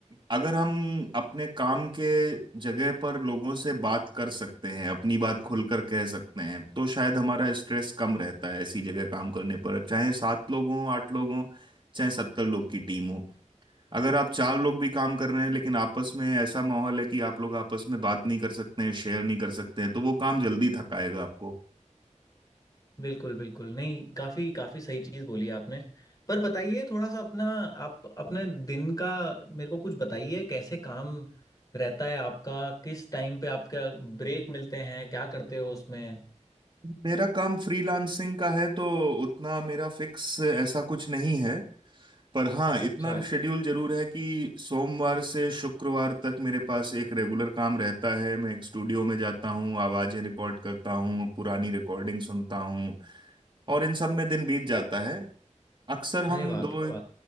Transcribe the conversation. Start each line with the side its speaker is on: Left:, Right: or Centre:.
Right: अगर हम अपने काम के जगह पर लोगों से बात कर सकते हैं अपनी बात खुलकर कह सकते हैं तो शायद हमारा स्ट्रेस कम रहता है ऐसी जगह काम करने पर चाहे सात लोग हों आठ लोग हों चाहे सत्तर लोग की टीम हो अगर आप चार लोग भी काम कर रहे हैं लेकिन आपस में ऐसा माहौल है कि आप लोग आपस में बात नहीं कर सकते हैं शेयर नहीं कर सकते हैं तो वो काम जल्दी थकाएगा आपको
Left: बिल्कुल बिल्कुल नहीं काफी काफी सही चीज बोली आपने पर बताइए थोड़ा सा अपना आप अपने दिन का मेरे को कुछ बताइए कैसे काम रहता है आपका किस टाइम पे आपका ब्रेक मिलते हैं क्या करते हो उसमें
Right: मेरा काम फ्रीलांसिंग का है तो उतना मेरा फिक्स ऐसा कुछ नहीं है पर हाँ
Left: अच्छा
Right: इतना शेड्यूल जरूर है कि सोमवार से शुक्रवार तक मेरे पास एक रेगुलर काम रहता है मैं एक स्टूडियो में जाता हूँ आवाजें रिकॉर्ड करता हूँ पुरानी रिकॉर्डिंग सुनता हूँ और इन सब में दिन बीत जाता है अक्सर हम
Left: अरे वाह
Right: दो
Left: क्या बात